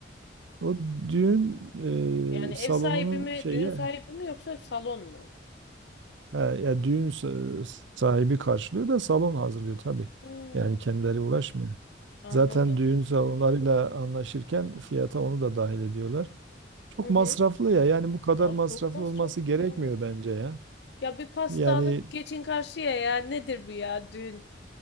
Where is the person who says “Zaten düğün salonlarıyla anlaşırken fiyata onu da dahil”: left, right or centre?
Right